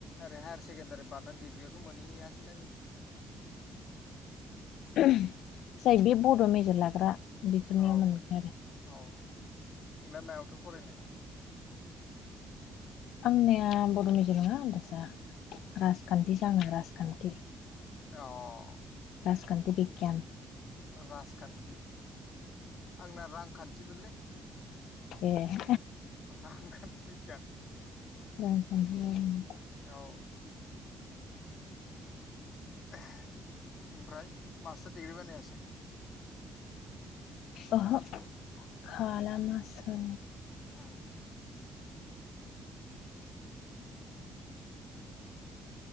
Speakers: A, on the left; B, on the left.
A: ओरै हायार सेकेण्डारि बारनानै डिग्रियावथ' मोनहैयासैना जों बिदिखौ
B: जाय बे बड' मेजेर लाग्रा बेफोरनिया
A: औ
B: मोनगोन आरो
A: औ नोंलाय मायावथ' फरायनाय
B: आंनिया बर'मेजरावनोगोजा राजखान्थिसो आं राजखान्थि
A: अह
B: राजखान्थि बिगियान
A: राजखान्थि आंना रांखान्थिमोनलै
B: एह
A: रांखान्थि बिगियान
B: रांखान्थि ओं
A: औ। ओमफ्राय मास्टार दिडिग्रि बानायासै
B: ओहो खालामासै।
A: उम उम